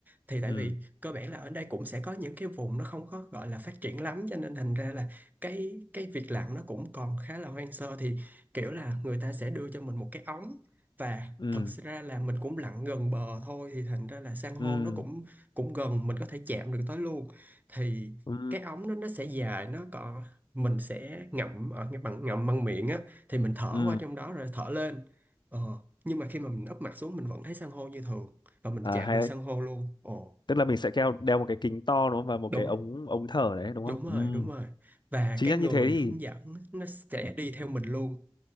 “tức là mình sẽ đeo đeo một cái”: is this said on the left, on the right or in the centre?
Left